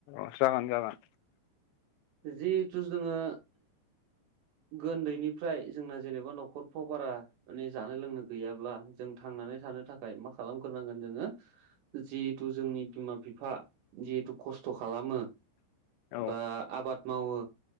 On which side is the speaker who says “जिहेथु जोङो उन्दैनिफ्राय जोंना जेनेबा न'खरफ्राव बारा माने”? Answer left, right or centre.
Right